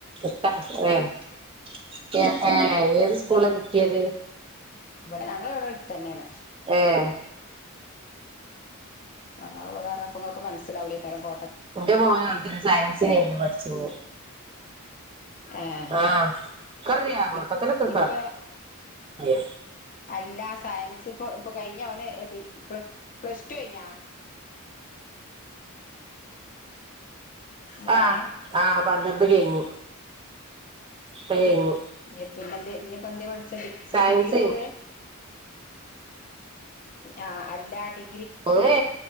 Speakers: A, on the right; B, on the left.
A: എട്ട ഏ ഏ ഏത് സ്കൂള കിട്ടിയത് <unintelligible> <inaudible>
B: ഇവിടെ ഞങ്ങള് ഇവിടെ അടുതെന്നെണ്.
A: ഏഹ്
B: അ അവിടെ പറഞ്ഞപ്പോ നിങ്ങക്ക് മനസ്സിലാവില്ലൈക്കാരം കോ
A: ന്റെ മോന് അവിടെന്നെ സയൻസേനിന്ന് പഠിചീന്നെ
B: ഏഹ്
A: ആഹ് ക്കറിയാ കോട്ടക്കല്ലൊക്കെ
B: ഇ
A: ക്ക്
B: ഇപ്പ
A: അറി യെസ്
B: അല്ല സയൻസ് ഇപ്പൊ ഇപ്പൊ കഴിഞ്ഞ അവന് പ്ല പ്ലസ്ടു കഴിഞ്ഞാ മോനെ
A: ആഹ് ആഹ് പന്ത്രണ്ട് കഴിഞ്ഞ് പ്പ കഴിഞ്ഞ്
B: നി പിന്നെ എന്തേ ഇനി ഇപ്പ എന്തെയ പഠിച്ച ഡി
A: സയൻസേനു
B: ഡിഗ്രിക്കോവേ ആഹ് അല്ലാ ഡി
A: ഓനെ